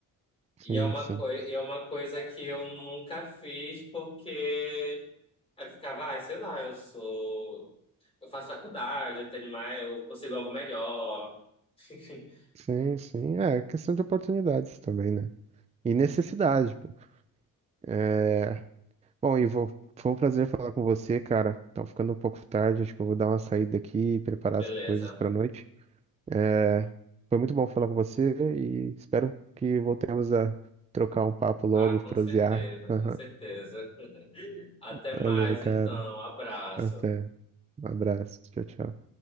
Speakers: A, on the right (about 20°); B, on the left (about 15°).
A: Sim,
B: E é uma
A: sim.
B: coi- é uma coisa que eu nunca fiz porque aí eu ficava, ah, sei lá, eu sou. Eu faço faculdade, eu tenho mais, eu consigo algo melhor. <laughs>
A: Sim, sim. É questão de oportunidades também, né? E necessidade, pô. É... Bom, Ivo, foi um prazer falar com você, cara. Tá ficando um pouco tarde, acho que eu vou dar uma saída aqui e preparar
B: Beleza.
A: as coisas pra noite. É... Foi muito bom falar com você e espero que voltemos a trocar um papo logo,
B: Ah, com
A: prosear.
B: certeza,
A: <laughs>
B: com certeza. Até
A: Valeu,
B: mais,
A: cara.
B: então. Abraço.
A: Até. Um abraço. Tchau, tchau.